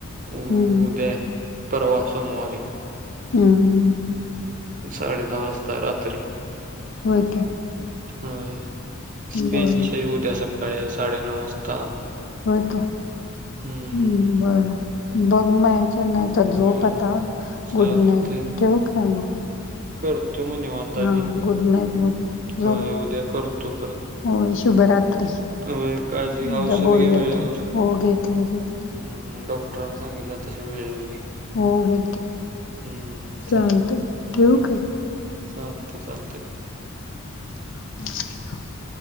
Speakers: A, on the right; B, on the left.
A: उद्या,
B: हम्म
A: परवा सोमवारी.
B: हम् हम
A: साडे दहा वाजता रात्री
B: होय काय
A: हो स्पेनचे
B: बर
A: ये उद्या शकत सकाळी साडे नऊ वाजता
B: होय का?
A: हम्म
B: हम् बरं, बघ मग यायच्या नाहीत. आता, झोप
A: होय.
B: आता.
A: चालते
B: गुड नाईट, ठेवू काय मग?
A: करतो मग निवांत. आणि
B: हा गुड नाईट गुड नाईट झोप
A: होय, उद्या करतो परत.
B: होय शुभरात्री
A: होय. काळजी घे, औषध
B: आता बोलूया
A: घे वेळेवर.
B: आपण हो घेतले घेतले
A: हम् डॉ डॉक्टरांनी सांगितल्यास तसं वेळेवर घे.
B: हो घेते,
A: हम्म
B: चालतंय. ठेवू काय?
A: हा चालतंय चालतंय.
B: हम्. <unintelligible>